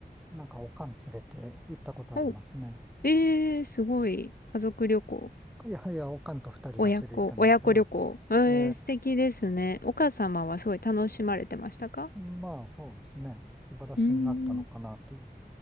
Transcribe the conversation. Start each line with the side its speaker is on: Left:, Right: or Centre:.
Centre: なんかおかん連れて行ったことありますね。
Left: お、えー、すごい。家族旅行、
Centre: いやいや、おかんと二人だけで行ったんですけど、
Left: 親子、親子旅行。えー、
Centre: ええ、
Left: 素敵ですね。お母様はすごい楽しまれてましたか
Centre: まあそうですね、気晴らしになったのかなっていう。
Left: うーん。